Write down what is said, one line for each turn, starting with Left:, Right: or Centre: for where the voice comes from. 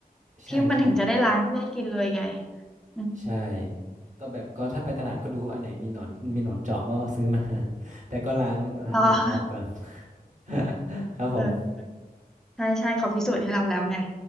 Right: ใช่ใช่
Centre: ที่มันถึงจะได้ล้างได้กินเลยไงอืม
Right: ใช่ก็แบบก็ถ้าไปตลาดก็ดูว่าอันไหนมีหนอนมีหนอนเจาะก็ซื้อมา <laughs> แต่ก็ล้างล้างหนอนออกก่อน
Centre: รอ <laughs>
Right: <laughs> ครับผม
Centre: เออใช่ใช่เขาพิสูจน์ให้เราแล้วไง